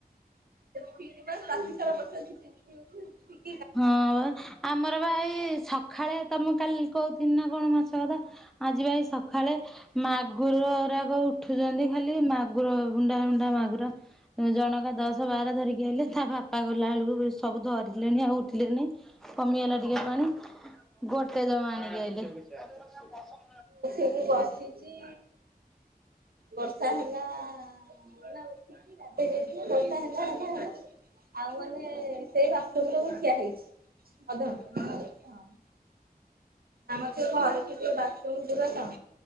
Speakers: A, on the right (about 70°); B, in the centre.
A: ଫିଡ ମାଇଲା। ଆ ସାରା
B: ହଁ ଆମର ବା ଏଇ ସଖାଳେ ତମକୁ କାଲି କହୁଥିଲି ନା କଣ ମାଛ କଥା। ଆଜି ବା ଏଇ ସଖାଳେ ମା ମାଗୁର ଗୁରା ଉଠୁଛନ୍ତି ଖାଲି ମାଗୁର ବୁଣ୍ଡା ବୁଣ୍ଡା ମାଗୁର। ଜଣକା ଦଶ ବାର ଧରିକି ଆଇଲେ ତା ବାପା ଗଲା ବେଳକୁ ସବୁ ଧରିଲେଣି ଆଉ ଉଠୀଲେନି କମିଗଲା ଟିକେ ପାଣି ଗୋଟେ ଜମା ଆଣୀକି ଆଇଲେ?
A: ମୁଁ ବସିଚି ବର୍ଷା ହେଲା ନା ଉଠିକି ଗାଧେଇ ଯାଇ ବର୍ଷା ହେଲା ହେଲା ହେଲା ଆଉ ମାନେ ସେଇ ବାଥରୁମରେ ମୁଁ ଠିଆ ହେଇଚି। <unintelligible> ଆମର ସେ ଘର ଠୁ ଟିକେ ବାଥରୁମ ଦୂର ତ।